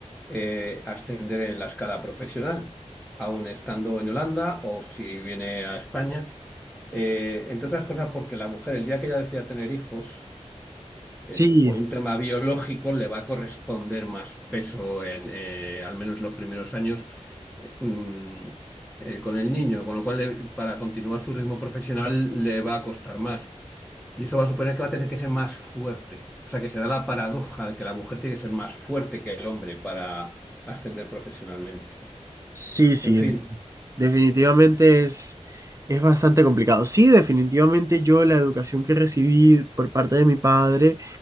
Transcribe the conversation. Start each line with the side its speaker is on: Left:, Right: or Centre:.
Centre: eh, ascender en la escala profesional, aun estando en Holanda o si viene a España. Eh, entre otras cosas, porque la mujer, el día que ella decida tener hijos, eh,
Right: sí,
Centre: por un tema biológico, le va a corresponder más peso en eh, al menos los primeros años eh, mm, eh, con el niño, con lo cual le- para continuar su ritmo profesional le va a costar más. Y eso va a suponer que va a tener que ser más fuerte. O sea, que se da la paradoja de que la mujer tiene que ser más fuerte que el hombre para ascender profesionalmente.
Right: sí, sí,
Centre: En fin,
Right: Definitivamente es, es bastante complicado. Sí, definitivamente yo la educación que recibí por parte de mi padre